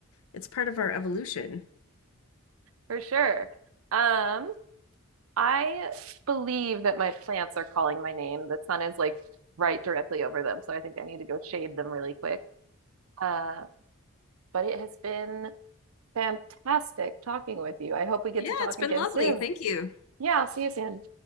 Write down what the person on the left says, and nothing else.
it's part of our evolution.
Yeah,
it's been
lovely.
Thank you.